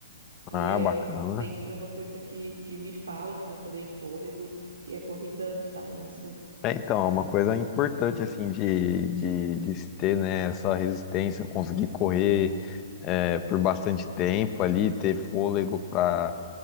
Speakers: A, on the right; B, on the left.
A: E
B: Ah,
A: a resistência
B: bacana.
A: é uma coisa que, que me falta também, fôlego, e a corrida dá isso.
B: É, então, é uma coisa importante, assim, de, de, de se ter, né, essa resistência, conseguir correr é, por bastante tempo ali, ter fôlego para